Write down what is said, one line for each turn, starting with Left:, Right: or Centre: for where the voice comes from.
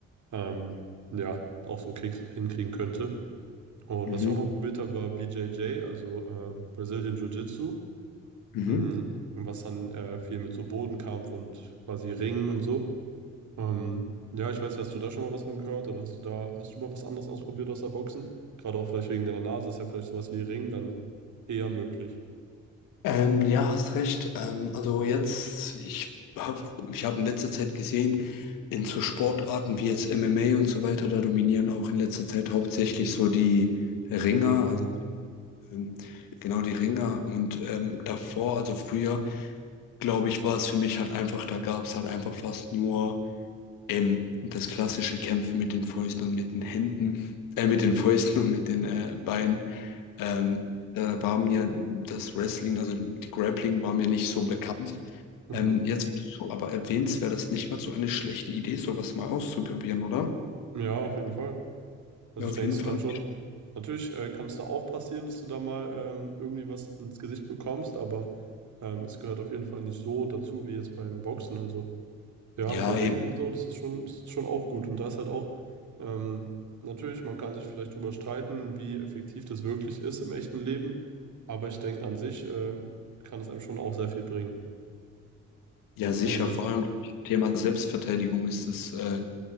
Right: ähm, ja, auch so Kicks hinkriegen könnte. Und
Left: Mhm.
Right: was ich auch mal probiert habe, war BJJ, also ähm, Brazilian Jiu-Jitsu,
Left: Mhm.
Right: mhm. was dann äh, viel mit so Bodenkampf und quasi Ringen und so. Ähm, ja, ich weiß, hast du da schon mal was von gehört oder hast du da, hast du mal was anderes ausprobiert außer Boxen? Gerade auch vielleicht wegen deiner Nase ist ja vielleicht sowas wie Ring dann eher möglich.
Left: Ähm, ja, hast recht. Ähm, also jetzt, ich habe ich hab in letzter Zeit gesehen, in so Sportarten wie jetzt MMA und so weiter, da dominieren auch in letzter Zeit hauptsächlich so die Ringer,
Right: Die Ringe.
Left: also ähm, genau die Ringer. Und ähm, davor, also früher, glaube ich, war es für mich halt einfach, da gab es halt einfach fast nur ähm, das klassische Kämpfen mit den Fäusten und mit den Händen, äh, mit den Fäusten und mit den äh, Beinen. Ähm, da war mir das Wrestling, also die Grappling war mir nicht so bekannt.
Right: Mhm.
Left: Ähm, jetzt, wo du so, aber erwähnst, wäre das nicht mal so eine schlechte Idee, sowas mal auszuprobieren, oder?
Right: Ja, auf jeden Fall. Also
Left: Ja,
Right: ich
Left: auf
Right: denke,
Left: jeden
Right: es
Left: Fall.
Right: kann schon, natürlich äh, kann es da auch passieren, dass du da mal ähm, irgendwie was ins Gesicht bekommst, aber ähm, es gehört auf jeden Fall nicht so dazu wie jetzt beim Boxen. Also ja,
Left: Ja,
Right: so Ringen
Left: eben.
Right: und so, das ist schon, ist schon auch gut. Und da ist halt auch, ähm, natürlich, man kann sich vielleicht drüber streiten, wie effektiv das wirklich ist im echten Leben, aber ich denke, an sich ähm, kann es einem schon auch sehr viel bringen.
Left: Ja, sicher.
Right: Oder wie
Left: Vor
Right: siehst
Left: allem
Right: du das?
Left: Thema Selbstverteidigung ist es, äh,